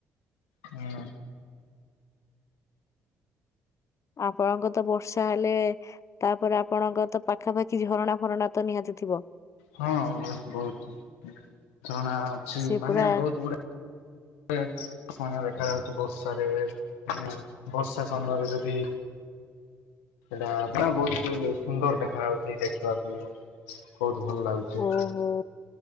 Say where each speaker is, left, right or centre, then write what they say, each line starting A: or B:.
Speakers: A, on the left (about 85°); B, on the left (about 45°).
A: ହୁଁ।
B: ଆପଣଙ୍କ ତ ବର୍ଷା ହେଲେ, ତାପରେ ଆପଣଙ୍କ ତ ପାଖାପାଖି- କିଛି ଝରଣା ଫରଣା ତ ନିହାତି ଥିବ।
A: ହଁ ବହୁତ- ବହୁତ ଜଣା ଅଛି,
B: ସେ
A: ମାନେ
B: ପୁରା
A: ବହୁତ ଗୁଡେ- <unintelligible> ଦେଖା- ବର୍ଷାରେ, ମାନେ ବର୍ଷା ସମୟରେ ଯଦି! ସେଟା ମାନେ ବହୁତ ସୁନ୍ଦର ଦେଖା ଯାଉଛି, ଦେଖିବାକୁ ବହୁ- ଭଲ ଲାଗୁଚି।
B: ଓହୋ।